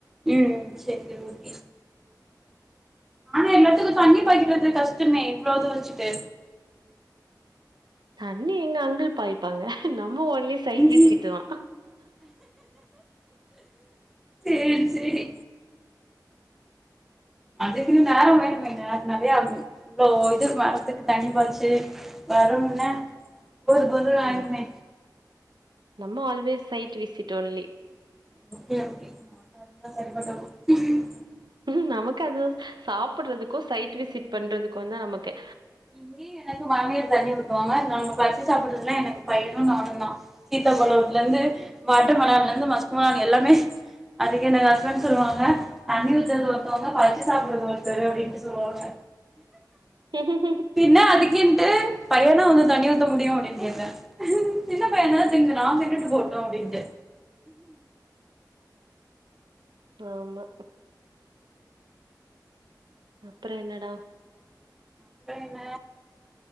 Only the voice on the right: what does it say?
தண்ணி எங்க அங்குல் பாய்ப்பாங்க நா ம்ப ஒன்லி சைட்
விசிட்டுதா
ம் நம்ம always side visit only
ம் நமக்கு அது சாப்புட்றதுக்கு சைட் விசிட் பண்றதுக்கு தா நமக்கு
ம் <unintelligible>
ஆமா அப்ற என்னடா